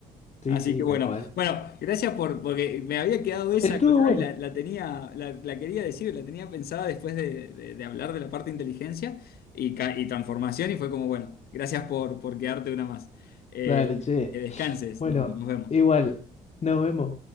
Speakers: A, on the left (about 40°); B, on the left (about 60°).
A: Sí,
B: Así
A: sí,
B: que bueno,
A: tal cual.
B: bueno, gracias por, porque me había quedado esa
A: Estuvo
B: colgada
A: bueno.
B: y la, la tenía, la, la quería decir, la tenía pensada después de, de- de hablar de la parte de inteligencia y, ca- y transformación y fue como, bueno, gracias por, por quedarte una más. Eh,
A: Dale, che.
B: que descanses,
A: Bueno,
B: no, nos vemos.
A: igual. Nos vemos.